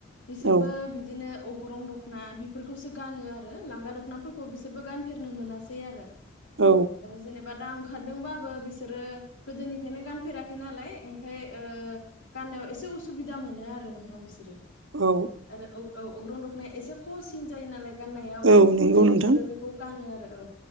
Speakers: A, on the left (about 65°); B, on the right (about 70°).
A: बिसोरबो
B: औ
A: बिदिनो अग्रं दख'ना बि फोरखौसो गानो आरो लांगा दखनाफोरखौ बिसोरबो गानफेरनो मोनासै आरो।
B: औ
A: जेनेबा दा ओंखारदोंबाबो बिसोरो गोदोनिफ्रायनो गान फेराखै नालाय ओंखाय ओ गाननायाव एसे उसुबिदा मोनो आरो नोंथां बिसोरो।
B: औ
A: आरो औ औ अग्रं दखनाया एसे खहसिन जायो नालाय। गाननायाव
B: औ नंगौ
A: ओंखाय
B: नोंथां
A: बिसोरो बेखौ गानो आरो औ